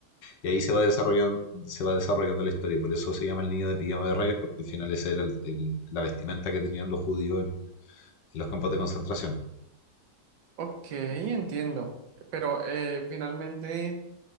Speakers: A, on the left; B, on the right.
A: Y ahí se va desarrollando, se va desarrollando la historia. Y por eso se llama el niño de pijama de rayas, porque al final esa era el- el- la vestimenta que tenían los judíos en, en los campos de concentración.
B: Ok, entiendo, pero eh, finalmente...